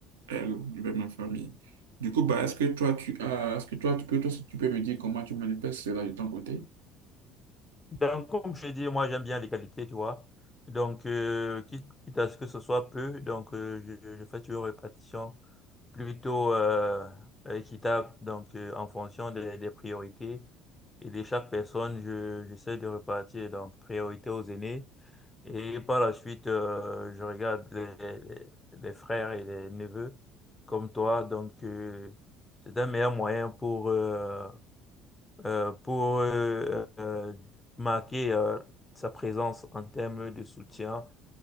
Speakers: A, on the right (about 80°); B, on the left (about 20°).
A: elle, envers ma famille. Du coup, bah, est-ce que toi, tu as, est-ce que toi, tu peux, toi, si tu peux me dire comment tu manifestes cela de ton côté?
B: Donc, comme je l'ai dit, moi, j'aime bien les qualités, tu vois. Donc, euh, quitte, quitte à ce que ce soit peu, donc, euh, je, je fais toujours une répartition plutôt euh, équitable. Donc, euh, en fonction des, des priorités et de chaque personne, je, j'essaie de répartir. Donc, priorité aux aînés. Et par la suite, euh, je regarde les, les, les frères et les neveux comme toi. Donc, euh, c'est un meilleur moyen pour, euh, euh, pour euh, euh, marquer euh, sa présence en termes de soutien